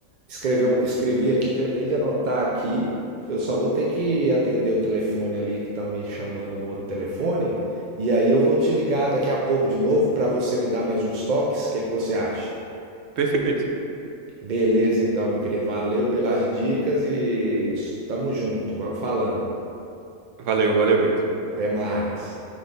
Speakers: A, on the right (about 50°); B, on the right (about 65°).
A: escrever um, escrevi aqui, terminei de anotar aqui. Eu só vou ter que atender o telefone ali que estão me chamando no outro telefone, e aí eu vou te ligar daqui a pouco de novo para você me dar mais uns toques. O que que você acha?
B: Perfeito.
A: Beleza, então, meu querido. Valeu pelas dicas e tamo junto. Vamos falando.
B: Valeu, valeu, Vitor.
A: Até mais.